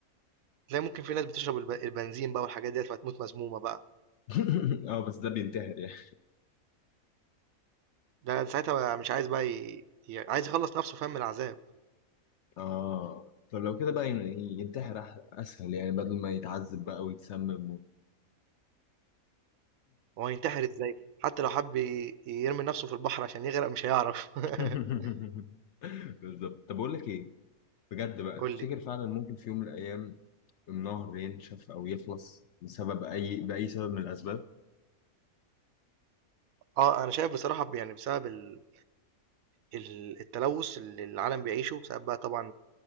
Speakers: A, on the right (about 75°); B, on the left (about 65°).
A: تلاقي ممكن في ناس بتشرب الب- البنزين بقى والحاجات ديت فتموت مسمومة بقى
B: <laughs> اه بس ده بينتحر يعني
A: ده ساعتها بقى مش عايز بقى ي... ي- عايز يخلص نفسه فاهم من العذاب
B: اه طب لو كده بقى ين- ينتحر أح- اسهل يعني بدل ما يتعذب بقى ويتسمم و...
A: هو هينتحر ازاي حتى لو حب ي- يرمي نفسه في البحر عشان يغرق مش هيعرف <laughs>
B: <laughs> بالظبط طب اقول لك ايه بجد بقى
A: قول
B: تفتكر
A: لي
B: فعلا ممكن في يوم من الايام النهر ينشف او يخلص بسبب اي باي سبب من الاسباب
A: اه انا شايف بصراحة يعني بسبب ال... ال التلوث اللي العالم بيعيشه بسبب بقى طبعًا